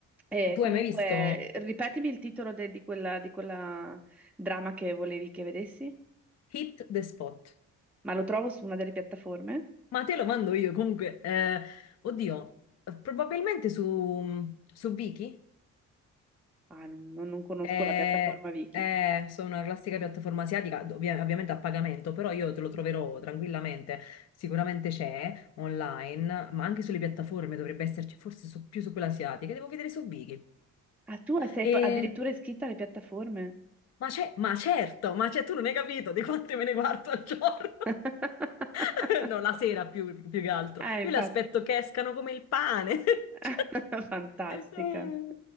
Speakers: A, in the centre; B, on the left.
A: E
B: Tu
A: comunque,
B: hai mai visto
A: ripetimi il titolo de- di quella, di quella drama che volevi che vedessi?
B: Hit the Spot?
A: Ma lo trovo su una delle piattaforme?
B: Ma te lo mando io comunque. eh, oddio, probabilmente su, su Viki.
A: Ah, non, non- non conosco
B: Eh,
A: la piattaforma Viki.
B: eh, sono una classica piattaforma asiatica, ovvia- ovviamente a pagamento, però io te lo troverò tranquillamente. Sicuramente c'è online, ma anche sulle piattaforme dovrebbe esserci, forse su- più su quella asiatica. Devo vedere su Viki.
A: Ah, tu sei
B: E-
A: pa- addirittura iscritta alle piattaforme?
B: ma c'è, ma certo, ma c'è, tu non hai capito di quante me ne guardo al giorno.
A: <laughs>
B: <laughs> No, la sera più, più che altro.
A: Ah, infatti.
B: Io le aspetto che escano come il pane. <laughs>
A: <laughs> Fantastica.
B: Cioè, mm.